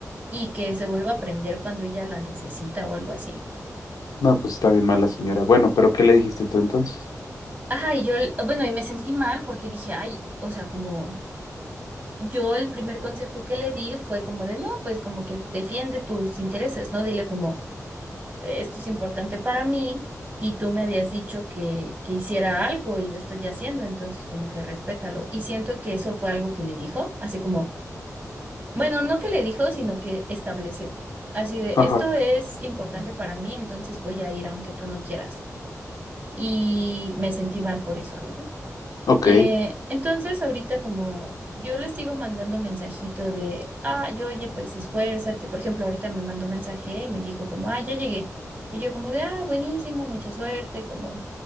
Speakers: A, on the right; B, on the left.
A: y que se vuelva a prender cuando ella la necesita o algo así.
B: No, pues está bien mala señora. Bueno, pero ¿qué le dijiste tú entonces?
A: Ajá, y yo, bueno, y me sentí mal porque dije, ay, o sea, como yo el primer consejo que le di fue como de, no, pues como que defiende tus intereses, ¿no? Dile como, esto es importante para mí y tú me habías dicho que, que hiciera algo y lo estoy haciendo, entonces como que respétalo. Y siento que eso fue algo que le dijo, así como, bueno, no que le dijo, sino que estableció. Así de,
B: Ajá.
A: esto es importante para mí, entonces voy a ir aunque tú no quieras. Y me sentí mal por eso, ¿no?
B: Ok.
A: Eh, entonces, ahorita como yo les sigo mandando mensajito de, ah, yo, oye, pues esfuérzate. Por ejemplo, ahorita me mandó mensaje y me dijo como, ah, ya llegué. Y yo como de, ah, buenísimo, mucha suerte, como